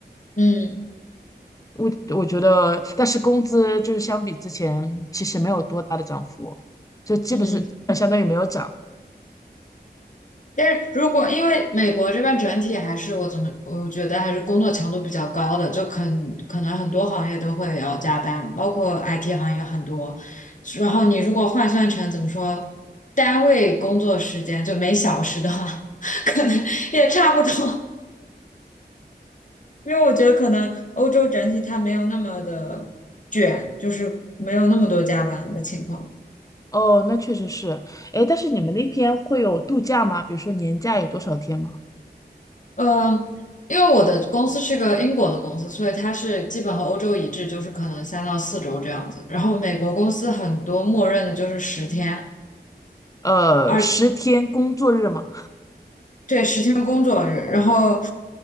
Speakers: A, on the left; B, on the left.
A: 嗯
B: 我我觉得，但是工资就是相比之前其实没有多大的涨幅，就基本是相当于没有涨。
A: 嗯。但是如果因为美国这边整体还是我怎么我觉得还是工作强度比较高的，就可可能很多行业都会要加班，包括 IT 行业很多。然后你如果换算成怎么说，单位工作时间就每小时的话，<laughs> 可能也差不多。因为我觉得可能欧洲整体它没有那么的卷，就是没有那么多加班的情况。
B: 哦，那确实是。哎，但是你们那天会有度假吗？比如说年假有多少天吗？
A: 嗯，因为我的公司是个英国的公司，所以它是基本和欧洲一致，就是可能三到四周这样子。然后美国公司很多默认的就是十天，
B: 呃，
A: 二，
B: 十天工作日吗？
A: 对，十天工作日。然后，